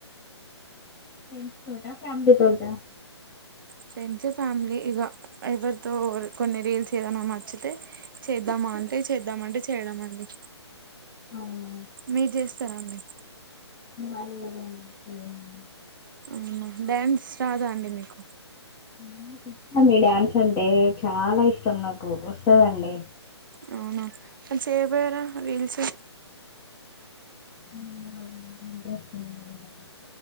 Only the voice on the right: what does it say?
ఫ్రెండ్స్ ఫ్యామిలీ ఇక ఎవరితో కొన్ని రీల్స్ ఏదైనా నచ్చితే చేద్దామా అంటే చేద్దామ అంటే చేయడం అండి.
మీరు చేస్ సరే అండి
ఓనా డ్యాన్స్ రాదా అండి మీకు
అవున మరి చేయక పోయర రీల్స్